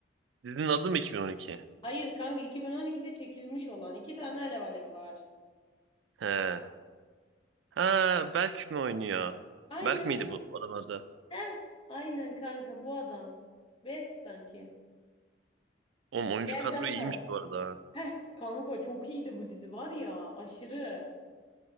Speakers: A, on the right (about 85°); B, on the left (about 30°).
A: Dizinin adı mı 2012?
B: Hayır kanka 2012'de çekilmiş olan iki tane Alev Alev var.
A: He. Ha Berk mi oynuyor?
B: Aynen
A: Berk miydi
B: he.
A: bu adamın adı?
B: Heh. Aynen kanka bu adam. Berk'ti sanki.
A: Oğlum oyuncu
B: Berk
A: kadro
B: Aktay.
A: iyiymiş bu arada.
B: Heh. Kanka çok iyiydi bu dizi var ya aşırı.